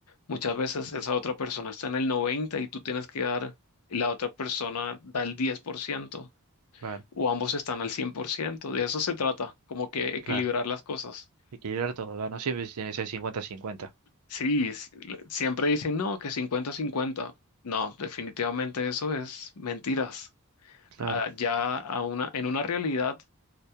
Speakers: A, on the left (about 85°); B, on the right (about 85°).
A: Muchas veces esa otra persona está en el 90% y tú tienes que dar, y la otra persona da el diez por ciento
B: claro,
A: o ambos están al cien por ciento De eso se trata, como que equilibrar
B: claro.
A: las cosas.
B: Equilibrar todo, ¿verdad? No siempre tiene que ser 50-50.
A: Sí, es- siempre dicen, no, que cincuenta cincuenta No, definitivamente eso es mentiras.
B: Claro,
A: Ah, Ya a una, en una realidad